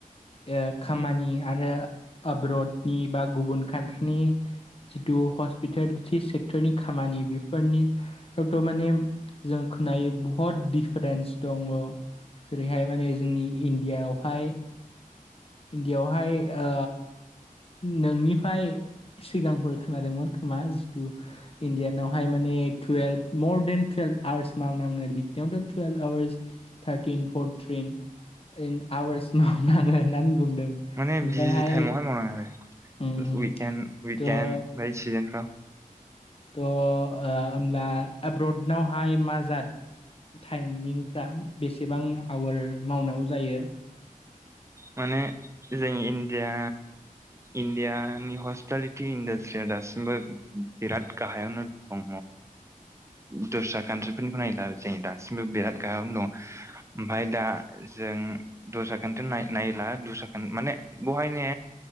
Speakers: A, on the left; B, on the right.
A: जों खामानि आरो आब्रडनि बा गुबुन कान्ट्रिनि जितु हस हस्पिटेलिटि सेक्टरनि खामानि बेफोरनि फोरथ' माने जों खोनायो बहुत दिडफारेन्स दङ जेरैहाय माने जोंनि इण्डियाआवहाय इण्डियाआवहाय ओ नोंनिफ्राय सिगांफोर खोनादोंमोन खोमा जिथु इण्डियानावहाय माने टुवेल्भ मर देन टुवेल्भ आवार्स माबनााङो लिरनायावथ' टुयेल्भ आवार्स थार्टिन फरटिननआवार्स मावनाङो होननानै बुंदों ओमफ्रायहाय
B: माने बिजि जि टाइमावहाय मावनाङो आरो
A: उम,
B: उइके उइकेणड
A: थ'
B: बाय सिजोनफ्राव
A: थ' ओ होमब्ला एब्रडनावहाय मा जाद टाइमिंफ्रा बेसेबां आवार मावनांगौ जायो
B: माने जों इण्डिया इण्डिया नि हस्पिटालिटि इन्डासट्रिया दासिमबो बिराद गाहायावनो दङ दस्रा कान्ट्रि फोरनिखौ नायला जायो दासिमबो बिराद गाहामनो दं ओमफफ्राय दा जों दस्रा खाट्रि नाय नायला दस्रा खोन माने बेहाय ने